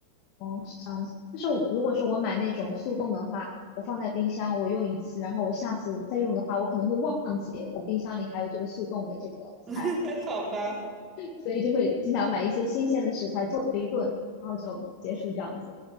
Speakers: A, on the left; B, on the right.
A: 哦，是这样子。但是我如果说我买那种速冻的话，我放在冰箱，我用一次，然后我下次再用的话，我可能会忘记我冰箱里还有这个速冻的这个菜，
B: <laughs> 好吧，
A: 所以就会经常买一些新鲜的食材做一顿，然后就结束这样子。